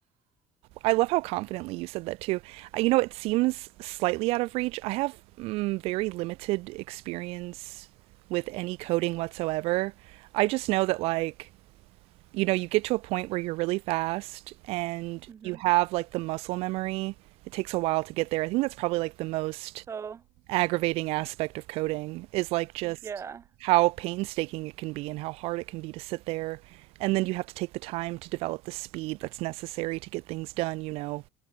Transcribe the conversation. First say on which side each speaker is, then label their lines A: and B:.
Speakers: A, on the right; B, on the right.
A: I love how confidently you said that too. Uh, You know, it seems slightly out of reach. I have mm, very limited experience with any coding whatsoever. I just know that like, you know, you get to a point where you're really fast and
B: hmm
A: you have like the muscle memory. It takes a while to get there. I think that's probably like the most
B: So,
A: aggravating aspect of coding is like just
B: yeah,
A: how painstaking it can be and how hard it can be to sit there and then you have to take the time to develop the speed that's necessary to get things done, you know,